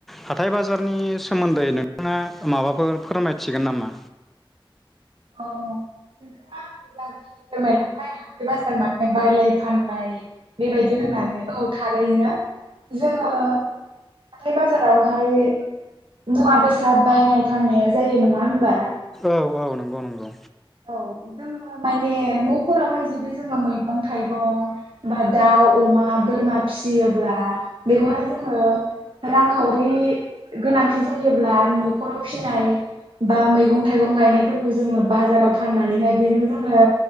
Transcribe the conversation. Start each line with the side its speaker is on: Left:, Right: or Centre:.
Centre: हाथाय बाजारनि सोमोन्दै नोंथाङा माबाफोर फोरमायथिगोन नामा
Right: अ नोंथाङा आङो जाखिनि फोरमायलांबाय हाथाय बाजार माने बायनाय फाननाय बेबायदि होननानै औ थारैनो जोङो हाथाय बाजारावहाय मुवा बेसाद बायनाय फाननाया जायो नङा होनबा
Centre: औ औ नंगौ नंगौ
Right: औ जोङो माने न'फोरावहाय जुदि जोङो मैगं थाइगं बा दाउ अमा बोरमा फिसियोब्ला बेखौहाय जोङो रांखावरि गोनांथि जायोब्ला नखराव फिनाय बा मैगं थाइगं गायनायफोरखौ जोङो बाजाराव फाननानैहाय बेजों जोङो